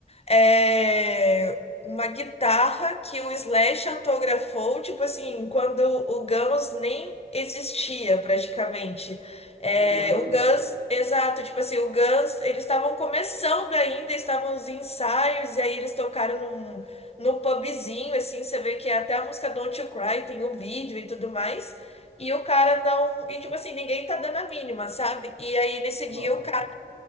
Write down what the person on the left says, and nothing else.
é, uma guitarra que o Slash autografou, tipo assim, quando o Guns nem existia praticamente. É,
o Guns, exato, tipo assim, o Guns, eles estavam começando ainda, estavam nos ensaios, e aí eles tocaram num, num pubzinho, assim, você vê que até a música Don't You Cry tem o vídeo e tudo mais. E o cara não. E tipo assim, ninguém tá dando a mínima, sabe? E aí nesse
dia o cara